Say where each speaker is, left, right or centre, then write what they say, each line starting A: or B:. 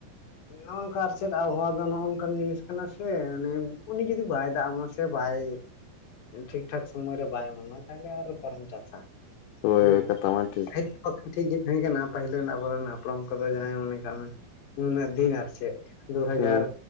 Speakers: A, on the left; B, on the left.
A: ᱱᱚᱜ ᱚᱝᱠᱟ ᱟᱨ ᱪᱮᱫ ᱟᱵᱚᱦᱟᱣᱟ ᱫᱚ ᱱᱚᱜᱼ ᱱᱚᱝᱠᱟᱱ ᱡᱤᱱᱤᱥ ᱠᱟᱱᱟ ᱥᱮ ᱚᱱᱮ ᱩᱱᱤ ᱡᱩᱫᱤ ᱵᱟᱭ ᱫᱟᱜ ᱟᱢᱟ ᱥᱮ ᱵᱟᱭ ᱴᱷᱤᱠ ᱴᱷᱟᱠ ᱥᱚᱢᱚᱭ ᱨᱮ ᱵᱟᱭ ᱮᱢᱟᱢᱟ ᱛᱟᱦᱚᱞᱮ ᱟᱨ ᱚᱠᱟ ᱨᱮᱢ ᱪᱟᱥᱟ᱾
B: ᱦᱳᱭ
A: ᱦᱩᱸ
B: ᱦᱳᱭ ᱠᱟᱛᱷᱟ ᱢᱟ ᱴᱷᱤᱠ
A: ᱠᱷᱟᱡ ‌ᱠᱚ ᱴᱷᱤᱠ ᱜᱮ ᱛᱟᱦᱮᱸ ᱠᱟᱱᱟ ᱯᱟᱦᱤᱞ ᱨᱮᱱ ᱟᱵᱚ ᱨᱮᱱ ᱦᱟᱯᱲᱟᱢ ᱠᱚᱫᱚ ᱡᱟᱦᱟᱸᱭ ᱢᱚᱱᱮ ᱠᱟᱜ ᱢᱮ ᱩᱱ ᱩᱱᱟᱹᱜ ᱫᱤᱱ ᱟᱨ ᱪᱮᱫ᱾ ᱫᱩ ᱦᱟᱡᱟᱨ
B: ᱦᱩᱸ